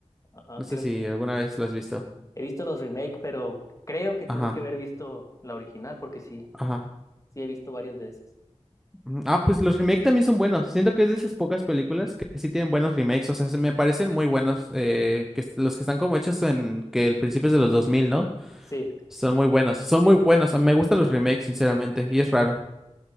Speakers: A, on the left; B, in the centre.
A: ah,
B: No sé
A: creo
B: si
A: que sí.
B: alguna vez la has visto.
A: He visto los remake, pero creo que tuve
B: Ajá,
A: que haber visto la original, porque sí,
B: ajá.
A: sí he visto varios de esas.
B: Ujú. Ah, pues los remakes también son buenos. Siento que es de esas pocas películas que sí tienen buenos remakes. O sea, se me parecen muy buenos. eh, que est- los que están como hechos en que el principio es de los dos mil ¿no?
A: Sí,
B: Son muy buenos. Son muy buenos. A mí me gustan los remakes, sinceramente. Y es raro.